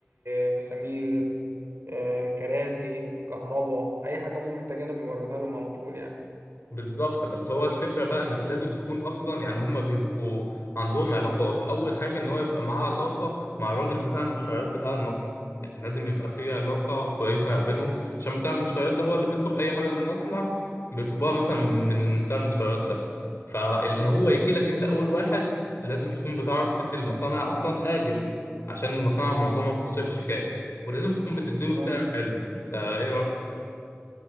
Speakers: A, on the right; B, on the left.
A: آه، مسامير آه، كراسي كهرباء أي حاجة هما محتاجينها بيوردها لهم على طول يعني
B: بالظبط بس هو الفكرة بقى انك لازم تكون اصلا يعني هما بيبقوا عندهم علاقات اول حاجة ان هو يبقى معاه علاقة مع الراجل بتاع المشتريات بتاع المصنع يعني لازم يبقى في علاقة كويسة ما بينهم عشان بتاع المشتريات ده هو اللي بيطلب اي حاجة للمصنع بيطلبوها مثلا من بتاع المشتريات ده فان
A: مم.
B: هو يجي لك انت اول واحد لازم تكون بتعرف تدي المصانع اصلا اجل عشان المصانع معظمها بتصرف شيكات ولازم تكون بتديله
A: اه
B: سعر حلو فانت ايه رأيك